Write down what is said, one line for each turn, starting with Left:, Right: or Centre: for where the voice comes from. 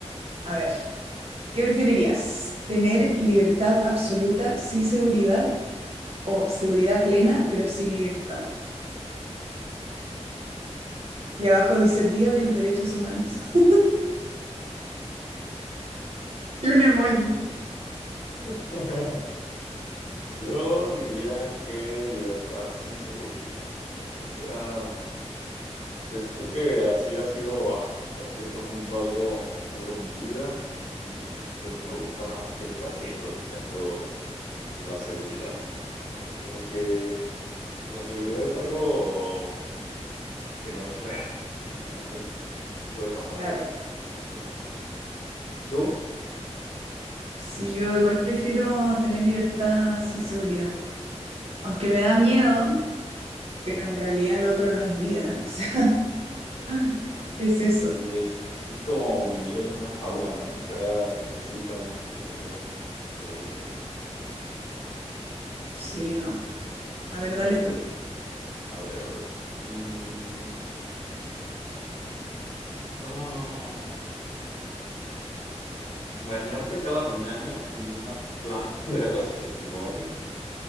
Right: A ver, ¿qué preferirías? ¿Tener libertad absoluta sin seguridad o seguridad plena pero sin libertad?
Left: Mm.
Right: Y abajo dice Día de los Derechos Humanos. <laughs> Y un emoji.
Left: <laughs> Yo diría que libertad sin seguridad. O sea, pues creo que así ha sido hasta cierto punto algo, algo mi vida y creo que me gusta más que estar siempre buscando la seguridad ante todo. Como que la seguridad es algo que no es real al final del día. Puede pasar
Right: Claro.
Left: cualquier cosa en cualquier momento. ¿Tú?
Right: Sí, yo igual prefiero tener libertad sin seguridad. Aunque me da miedo, pero en realidad lo otro no es vida. <laughs> O sea, <laughs> ¿qué es eso?
Left: Y es, es como vivir en una jaula, ¿no? O sea, pues sí, te da mucha seguridad, pero qué aburrido.
Right: Sí, no. A
Left: Ujú.
Right: ver, dale tú.
Left: A ver, a ver. Mm, ah, no. Bañarte cada mañana en una planta de aguas residuales